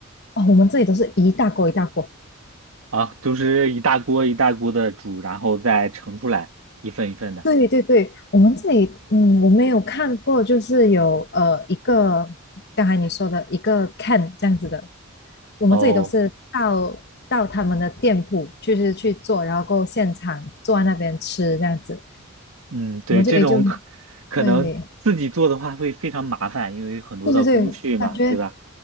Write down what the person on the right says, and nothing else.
啊？就是一大锅一大锅的煮，然后再盛出来一份一份的。
哦，
嗯，对，
这种可可能自己做的话会非常麻烦，
因为很多的工序嘛，
对吧？